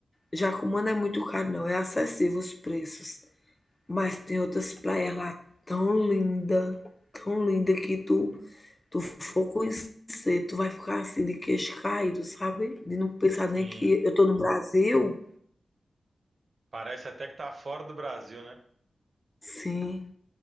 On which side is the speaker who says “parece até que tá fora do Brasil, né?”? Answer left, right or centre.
Right